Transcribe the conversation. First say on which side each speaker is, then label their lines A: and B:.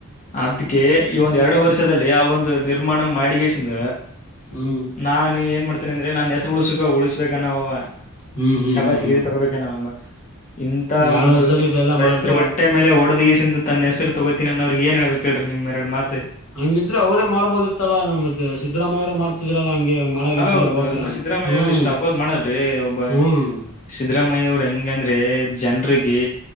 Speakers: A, on the left; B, on the left.
A: ಅದ್ಕ ಈ ಒಂದ ಎರಡು ವರ್ಷದಲ್ಲಿ ಆ ಒಂದು ನಿರ್ಮಾಣ ಮಾಡಿಗೆಸಂದ
B: ಹ್ಮ್
A: ನಾ ಏನ್ ಮಾಡ್ತ ಅಂದ್ರೆ ನಾನ್ ಹೆಸರು ಉಳಸಕ ಉಳಸ್ಬೇಕ ನಾವವ
B: ಹ್ಮ್ ಹ್ಮ್
A: ಶಪಾಸಿ
B: ಹ್ಮ್ ಹ್ಮ್
A: ಗಿರಿ ತಗೋಬೇಕ ನಾವವ ಇಂತ
B: ಎರಡ್
A: ಒಂದು
B: ವರ್ಷದಲ್ಲಿ ಇದೆಲ್ಲಾ
A: ರೈತರು
B: ಮಾಡ್ದ
A: ಹೊಟ್ಟೆ ಮೇಲೆ ಹೊಡದಗಸಂದು ತನ್ನ ಹೆಸರು ತಗೋತೀನಿನ್ನ್ ಏನ್ ಹೇಳಳ್ಬೇಕ ಕೇಳ್ರಿ ನಿಮ ಎರಡು ಮಾತ್
B: ಹಂಗಿದ್ರೆ ಅವ್ರೇ ಮಾಡ್ಬೋದಿತ್ತಲ್ಲಾ ನಮ್ದ ಸಿದ್ದರಾಮಯ್ಯ ಅವರೇ ಮಾಡ್ತಿದ್ರಲ್ಲ ಹಂಗ್ ಮಾಡಾಗಿದ್ರೆ
A: ಹೌದು
B: ಅವಾಗ್ಲ ಹ್ಮ್
A: ಸಿದ್ದರಾಮಯ್ಯ ಅವರು ಇಷ್ಟು ಅಪೋಸ್ ಮಾಡಲ್ರಿ ಒಬ್ಬ
B: ಹ್ಮ್ ಹ್ಮ್
A: ಸಿದ್ದರಾಮಯ್ಯ ಅವರು ಹೆಂಗಂದ್ರೆ ಜನರಿಗೆ